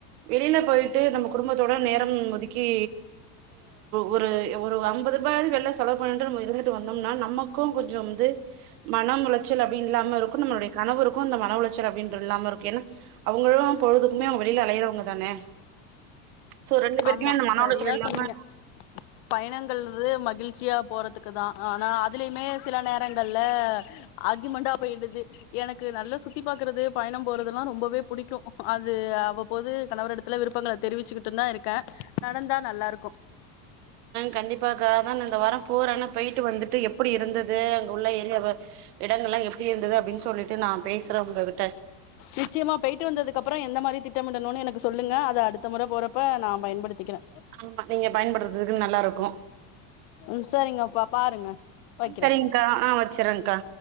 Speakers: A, on the right; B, on the left.
A: வெளியில போயிட்டு நம்ம குடும்பத்தோட நேரம் ஒதுக்கி ஒரு ஒரு ஐம்பது ரூபாயாவது வெளியில செலவு பண்ணிட்டு இருந்துட்டு வந்தோம்னா நம்ம மக்கு கொஞ்சோ வந்து மனம் உள ச்சல் அப்டினு இல்லாம இருக்கு நம்மளுடைய கணவருக்கு அந்த மன உளைச்சல் அப்டின்றது இல்லாம இருக்கு ஏனா அவுங்களா பொழுதுக்கு வெளியில அலையறவங்க தானே சோ ரெண்டு பேருக்குமே
B: ஆமா
A: அந்த மன
B: செரியா
A: உளைச்சல் இல்லாம
B: சொன்னீங்க பயணங்கள் மகிழ் ச்சியா போறதுக்கு தா ஆனா அதுலயுமே சில நேரங்கள்ல ஆர்க்யூமென்டா போயிடுது எனக்கு நல்லா சுத்தி பாக்குறது பயண போறதெல்லா ரொம்பவே பிடிக்கு அது அவ்வப்போது கணவர் எடுத் விருப்பங்கள தெரிவிச்சுக்கிட்டு தா இருக்கே நடந்தா நல்லா இருக்கு
A: கண்டிப்பா கா அதா இந்த வரோ போறேன்னா போயிட்டு வந்துட்டு எப்டி இருந்தது அங்க உள்ள எல்லா இடங்கள் எல்லா எப்டி இருந்தது அப்டின்னு சொல்லிட்டு நா பேசுறோம்ன்றது
B: நிச்சயமா போயிட்டு வந்ததுக்குப்புறோ எந்த மாரி திட்டமிடனுனு எனக்கு சொல்லுங்க அத அடுத்த முற போறப் ப்ப நா பயன்படுத்திக்கிறே
A: ஆமா நீங்க பயன்படுத்துறதுக்கு நல்லா இருக்கு
B: ம் செரிங்கப்பா பாருங்க வைக்கிறே
A: செரிங்க்கா ஆ வச்சறேங்க்கா